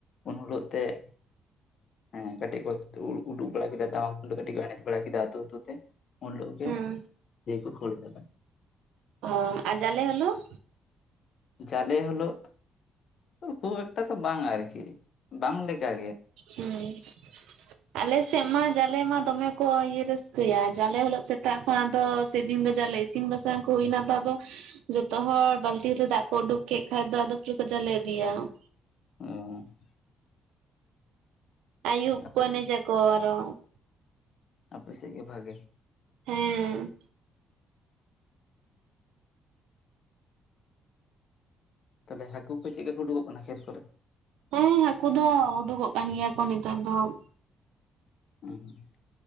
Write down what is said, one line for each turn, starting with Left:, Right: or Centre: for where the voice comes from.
Left: ᱩᱱ ᱦᱤᱞᱳᱜ ᱛᱮᱜ ᱦᱮᱸ ᱠᱟᱹᱴᱤᱡ ᱠᱚ ᱩ ᱩᱰᱩ ᱵᱟᱲᱟ ᱠᱮᱫᱟ ᱴᱟᱢᱟᱠ ᱛᱩᱢᱫᱟᱹᱜ ᱠᱟᱹᱴᱤᱡ ᱠᱚ ᱮᱱᱮᱡ ᱵᱟᱲᱟ ᱠᱮᱫᱟ ᱟᱹᱛᱩ ᱟᱹᱛᱩ ᱛᱮ ᱩᱱ ᱦᱤᱞᱳᱜ ᱜᱮ
Right: ᱦᱮᱸ
Left: ᱫᱤᱭᱮ ᱠᱚ ᱠᱷᱟᱹᱲ ᱠᱟᱫᱟ ᱾
Right: ᱚ ᱟᱨ ᱡᱟᱞᱮ ᱦᱤᱞᱳᱜ?
Left: ᱡᱟᱞᱮ ᱦᱤᱞᱳᱜ ᱠᱷᱩᱵᱽ ᱮᱠᱴᱟ ᱛᱚ ᱵᱟᱝ ᱟᱨᱠᱤ, ᱵᱟᱝ ᱞᱮᱠᱟ ᱜᱮ ᱾
Right: ᱦᱩᱸ ᱾ ᱟᱞᱮ ᱥᱮᱫ ᱢᱟ ᱡᱟᱞᱮ ᱢᱟ ᱫᱚᱢᱮ ᱠᱚ ᱤᱭᱟᱹ ᱨᱟᱹᱥᱠᱟᱹᱭᱟ, ᱡᱟᱞᱮ ᱦᱤᱞᱳᱜ ᱥᱮᱛᱟᱜ ᱠᱷᱚᱱ ᱫᱚ ᱥᱮᱫᱤᱱ ᱫᱚ ᱡᱟᱞᱮ ᱤᱥᱤᱱ ᱵᱟᱥᱟᱝ ᱠᱚ ᱦᱩᱭᱱᱟ ᱛᱚ ᱟᱫᱚ ᱡᱚᱛᱚ ᱦᱚᱲ ᱵᱟᱹᱞᱛᱤ ᱨᱮ ᱫᱟᱜ ᱠᱚ ᱩᱰᱩᱠ ᱠᱮᱫ ᱠᱷᱟᱡ ᱫᱚ ᱟᱫᱚ ᱯᱩᱨᱟᱹ ᱠᱚ ᱡᱟᱞᱮ ᱤᱫᱤᱭᱟ ᱾
Left: ᱚᱸᱻ
Right: ᱟᱹᱭᱩᱵ
Left: ᱟᱯᱮ
Right: ᱠᱚ ᱮᱱᱮᱡᱟᱠᱚ
Left: ᱥᱮᱫ
Right: ᱟᱨᱚ ᱾
Left: ᱟᱯᱮ ᱥᱮᱫ ᱜᱮ ᱵᱷᱟᱜᱮ ᱾
Right: ᱦᱩᱸᱻ
Left: ᱛᱟᱦᱚᱞᱮ ᱦᱟᱹᱠᱩ ᱠᱚ ᱪᱮᱫ ᱞᱮᱠᱟ ᱠᱚ ᱩᱰᱩᱠᱚᱜ ᱠᱟᱱᱟ ᱠᱷᱮᱛ ᱠᱚᱨᱮ?
Right: ᱦᱮᱸ ᱦᱟᱹᱠᱩ ᱫᱚ ᱩᱰᱩᱠᱚᱜ ᱠᱟᱱ ᱜᱮᱭᱟ ᱠᱚ ᱱᱤᱛᱚᱜ ᱫᱚ ᱾
Left: ᱦᱩᱸ <inaudible>